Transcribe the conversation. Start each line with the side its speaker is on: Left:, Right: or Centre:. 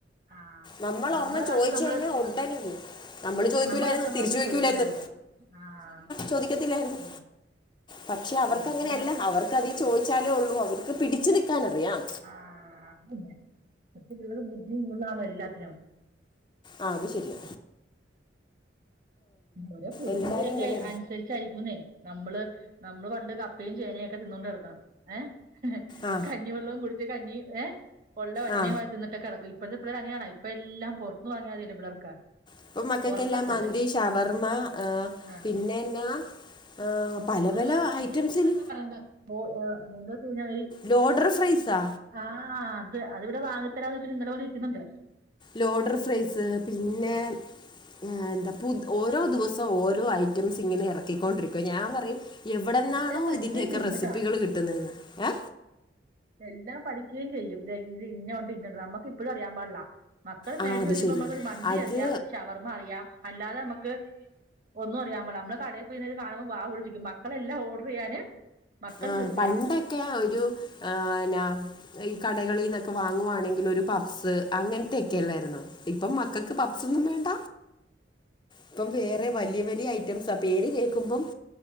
Right: ആഹ്
Left: നമ്മളൊർണം
Right: നമ്മുടെ കാലത്ത്
Left: ചോദിച്ച്
Right: നമ്മള്
Left: കഴിഞ്ഞാൽ ഉടനും നമ്മള് ചോദിക്കൂലായിന്ന്
Right: നമ്മുടെ കാലത്ത് നമ്മളൊന്നും
Left: തിരിച്ചു ചോദിക്കൂലായിര്ന്ന്
Right: ചോദിക്കൂലായിരുന്നു ആഹ്
Left: ചോദിക്കത്തില്ലായിര്ന്ന്
Right: ഉം
Left: പക്ഷെ അവർക്ക്
Right: ഇതൊക്കെയാ
Left: അങ്ങനെയല്ല അവർക്ക് അതി ചോദിച്ചാലേ ഒള്ളൂ അവർക്ക് പിടിച്ചു നിൽക്കാനറിയാം
Right: ആഹ് അന്നെ <unintelligible> മറ്റ ബുദ്ധിയ കൂടുതാണോ എല്ലാത്തിനും
Left: ആഹ് അത് ശരിയ
Right: ഓരോ ഫുഡിന്റെയൊക്കെ
Left: എല്ലാവരും ഇങ്ങനെ
Right: - അനുസരിച്ചരിക്കൂന്നേ നമ്മള് നമ്മള് പണ്ട് കപ്പയും ചേനയുംയൊക്കെ തിന്നോണ്ട് നടന്നതാ ഏ
Left: ആ
Right: കഞ്ഞിവെള്ളവും കുടിച്ച് കഞ്ഞി ഏ വെള്ള വറ്റനയും
Left: ആ
Right: തിന്നിട്ടൊക്കെ നടക്കു <unintelligible> വാ ഇപ്പഴത്തെ പിള്ളാർ അങ്ങനെയാണോ ഇപ്പ എല്ലാം പൊറത്തിന്ന് വാങ്ങിയാൽ മതിയല്ലോ പിള്ളേർക്ക്
Left: ഇപ്പൊ മക്കൾക്കെല്ലാം
Right: പൊറത്തെ ഫുഡ്
Left: മന്തി ഷവർമ്മ -
Right: ആഹ്
Left: പിന്നെ എന്നാ- പല
Right: നോ <unintelligible>
Left: പല ഐറ്റംസിൽ
Right: പ്പെ ഇപ്പ എന്താ പറയുന്ന എന്താഞ്ഞാൽ
Left: ലോഡർ ഫ്രൈസാ
Right: ആഹ് അത് അത് ഇവിടെ വാങ്ങിത്തരാന്ന് വെച്ചട്ട് ഇന്നലെ മൊതല് ഇരിക്കുന്നുണ്ട്
Left: ലോഡർ ഫ്രൈസ് പിന്നെ-
Right: ആഹ്
Left: ആഹ് എന്താ പു ഓരോ ദിവസം ഓരോ ഐറ്റംസ് ഇങ്ങനെ എറക്ക- റക്കിക്കൊണ്ടിരിക്കുവ
Right: അതായിരിക്കും
Left: ഞാൻ പറയും എവിടെന്നാണോ
Right: എല്ലാം പഠിക്കുകയും
Left: ഇതിൻ്റെയൊക്കെ
Right: ചെയ്യും
Left: റെസിപ്പികൾ
Right: കേട്ടാ
Left: കിട്ടുന്നതെന്ന് ഏ
Right: എല്ലാം പഠിക്കുകയും ചെയ്യും ഇ ഇത് ഇന്ന ഉണ്ട് ഇന്നുണ്ട് നമ്മുക്ക് ഇപ്പോഴും അറിയാൻ പാടില്ല മക്കള് മേടിച്ച്
Left: ആ അത്
Right: മേടിച്ച്
Left: ശരിയാ
Right: നമ്മുക്കൊരു മന്തിറിയാം
Left: അത്
Right: ഷവർമ്മറിയാം അല്ലാതെ നമ്മുക്ക് ഒന്നും അറിയാൻ പടില്ല നമ്മള് കടയിൽ- പിന്നെത് കാണുമ്പോ വാ പൊളിച്ചു നിൽക്കും മക്കളെല്ലാം ഓഡർ ചെയ്യാന്- മക്കൾ
Left: ആഹ്
Right: ധൃതിയാ
Left: പണ്ടൊക്കെ ഒരു ആ <unintelligible> ഈ കടകളിൽ നിന്നൊക്കെ വാങ്ങുവാണെങ്കിൽ ഒരു പപ്സ് അങ്ങനെ- ക്കെല്ലായിരുന്നോ ഇപ്പം മക്കൾക്ക് പപ്സൊന്നും വേണ്ട ഇപ്പം വേറെ വല്ലിയ വല്ലിയ ഐറ്റംസാ പേര് കേൾക്കുമ്പം-